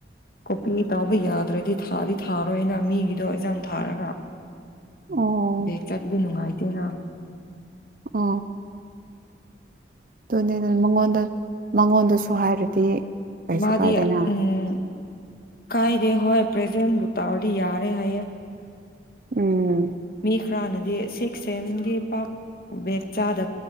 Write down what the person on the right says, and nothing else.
ꯑꯣ
ꯑ ꯑꯗꯨꯅꯦ ꯃꯉꯣꯟꯗ ꯃꯉꯣꯟꯗꯁꯨ ꯍꯥꯏꯔꯗꯤ ꯀꯩꯁꯨ
ꯀꯥꯏꯗꯅ
ꯎꯝ